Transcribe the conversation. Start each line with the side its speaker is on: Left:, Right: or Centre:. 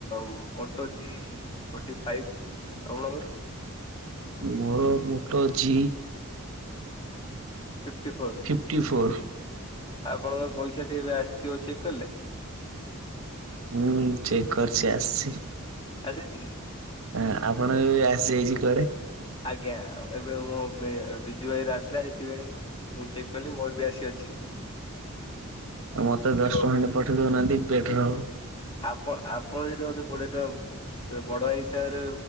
Left: ମୋଟୋ ଜି ଫୋର୍ଟି ଫାଇଭ୍ ଆପଣଙ୍କର?
Right: ମୋର Moto G
Left: fifty four.
Right: Fifty four.
Left: ଆପଣଙ୍କ ପଇସା ଟି ଏବେ ଆସି ସେଓ ଚେକ୍ କରିଲେ?
Right: ହୁଁ ଚେକ୍ କରିଛି ଆସିଛି।
Left: ଆଜିଛି।
Right: ହଁ ଆପଣଙ୍କର ବି ଆସିଯାଇଛି କୁଆଡେ?
Left: ଆଜ୍ଞା ଏବେ ମୋ ବିଜୁ ଭାଇର ଆସିଲା ସେଥିପାଇଁ ମୁଁ ଚେକ୍ କଲି ମୋର ବି ଆସି ଅଛି।
Right: ଆଉ ମତେ ଦଶ
Left: ଏବଂ
Right: ଟଙ୍କା ଖଣ୍ଡେ ପଠେଇ ଦଉନାହାନ୍ତି ପେଟ୍ରୋଲ
Left: ଆପ ଆପଣ ଯଦି ମତେ କୋଡିଏ ଟଙ୍କା ସେ ବଡ ହିସାବରେ